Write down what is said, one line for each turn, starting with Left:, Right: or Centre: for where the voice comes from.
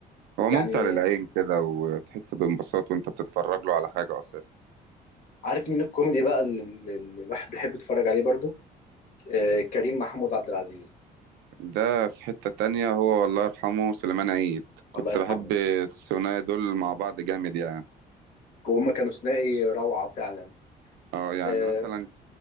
Right: هو ممتع
Left: يعني
Right: للعين كده وتحس بانبساط وانت بتتفرج له على حاجة أساسا
Left: عارف مين الكوميدي بقى اللي اللي الواحد بيحب يتفرج عليه برضو آه كريم محمود عبد العزيز
Right: ده في حتة تانية هو والله يرحمه سليمان عيد كنت
Left: الله يرحمه
Right: بحب الثنائي دول مع بعض جامد يعني
Left: وهم كانوا ثنائي روعة فعلا
Right: اه يعني
Left: آه
Right: مثلا